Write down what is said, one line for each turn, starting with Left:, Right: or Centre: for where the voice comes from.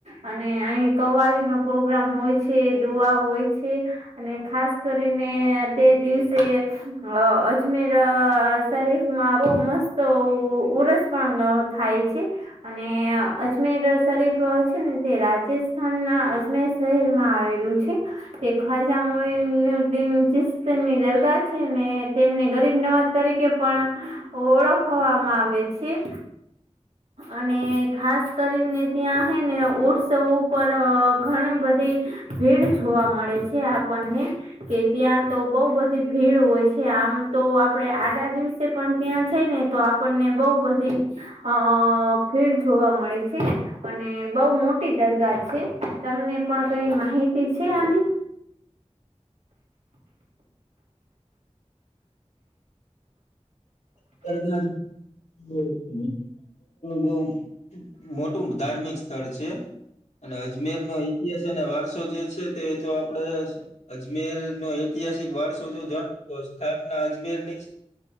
Right: અને અહીં કવાલી નો પ્રોગ્રામ હોય છે દુઆ હોય છે. અને ખાસ કરીને તે દિવસે અ અજમેર શારી માંરૂ મસ્ત ઉ ઉરસ પણ મા થાય છે. અને અજમીરસરીફ તો છે ને તે રાજસ્થાન ના અજમેર શહેરમાં આવેલું છે. તે ખ્વાજા મોઈનુદીન ચીસ્તનની દરગાહ છે ને તેમને ગરીબ નવાજ તરીકે પણ ઓળખવામાં આવે છે. અને ખાસ કરીને ત્યાં હે ને ઉત્સવ ઉપર ઘણી બધી ભીડ જોવા મળે છે આપણને કે ત્યાં તો બઉ બધી ભીડ હોય છે આમ તો આપડે આડા દિવસ તે પણ ત્યાં છે ને તો આપણને બઉ બધી અ ભીડ જોવા મળે છે. અને બઉ મોટી દરગાહ છે તમને પણ કઈ માહિતી છે આની?
Left: <unintelligible> બઉ <unintelligible> બઉ મોટું ધાર્મિક સ્થળ છે. અને અજમેરનો ઇતિહાસ અને વારસો જે છે તે તો આપડે અજમેર નો ઐતિહાસિક વારસો જો જાણ સ્થાપના અજમેર ની